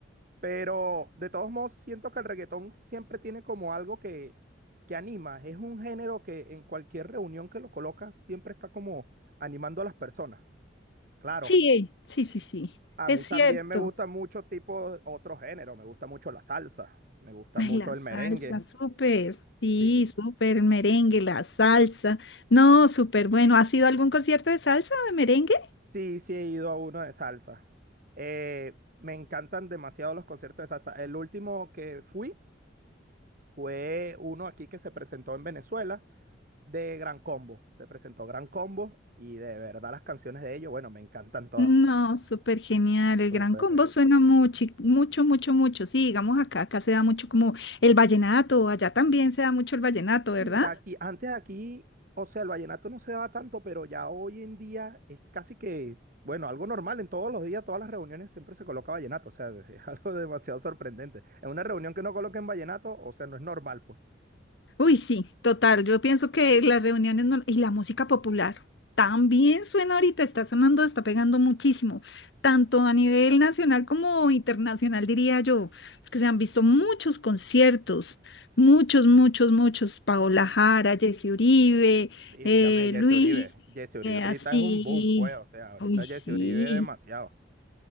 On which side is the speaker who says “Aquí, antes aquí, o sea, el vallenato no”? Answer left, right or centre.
Right